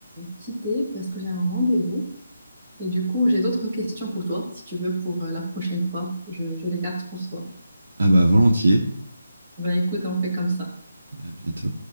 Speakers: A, on the right; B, on the right.
A: quitter parce que j'ai un rendez-vous. Et du coup, j'ai d'autres questions pour toi, si tu veux, pour euh, la prochaine fois. Je, je les garde pour toi.
B: Ah bah volontiers.
A: Ben écoute, on fait comme ça.
B: À bientôt.